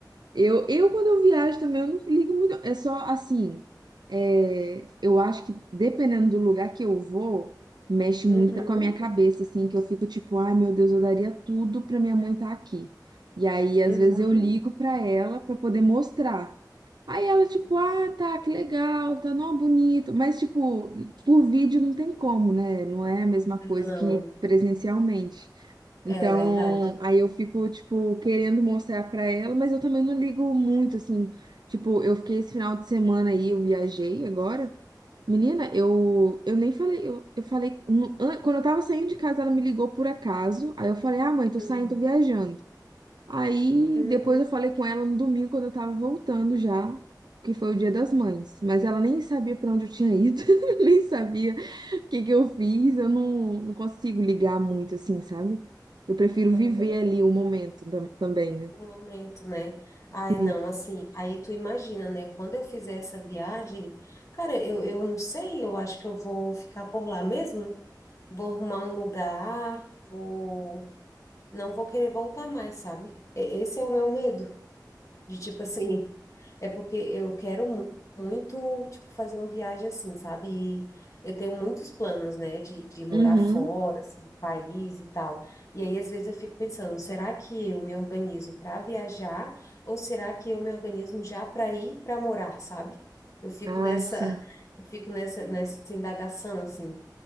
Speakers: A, on the right; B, on the left.
A: Eu, eu, quando eu viajo também, eu não ligo muito. É só assim. é, eu acho que dependendo do lugar que eu vou, mexe muito
B: Uhum,
A: com a minha cabeça, assim, que eu fico tipo, ai meu Deus, eu daria tudo pra minha mãe estar aqui. E aí, às
B: uhum.
A: vezes, eu ligo pra ela pra poder mostrar. Aí ela, tipo, ah, tá, que legal, tá, não, bonito. Mas, tipo, por vídeo não tem como, né? Não é a mesma
B: Não,
A: coisa que presencialmente.
B: é
A: Então,
B: verdade.
A: aí eu fico, tipo, querendo mostrar pra ela, mas eu também não ligo muito, assim. Tipo, eu fiquei esse final de semana aí, eu viajei agora. Menina, eu, eu nem falei, eu, eu falei, no- an- quando eu tava saindo de casa, ela me ligou por acaso. Aí eu falei, ah, mãe, tô
B: Uhum.
A: saindo, tô viajando. Aí
B: Uhum.
A: depois eu falei com ela no domingo, quando eu tava voltando já, que foi o Dia das Mães. Mas ela nem sabia pra onde eu tinha ido, <laughs> nem sabia o que que eu fiz. Eu não, não consigo ligar muito assim, sabe? Eu prefiro
B: aham.
A: viver ali o momento tam- também, né?
B: O momento, né? Ai,
A: Sim.
B: não, assim, aí tu imagina, né? Quando eu fizer essa viagem, cara, eu, eu não sei, eu acho que eu vou ficar por lá mesmo. Vou arrumar um lugar, vou. Não vou querer voltar mais, sabe? E- Esse é o meu medo. De tipo assim, é porque eu quero mu- muito, tipo, fazer uma viagem assim, sabe? E eu tenho muitos planos, né, de, de morar
A: Uhum.
B: fora, assim, do país e tal. E aí, às vezes, eu fico pensando, será que eu me organizo para viajar ou será que eu me organizo já para ir para morar, sabe? Eu fico
A: Ah,
B: nessa,
A: sim.
B: <laughs> eu fico nessa, nessa indagação, assim.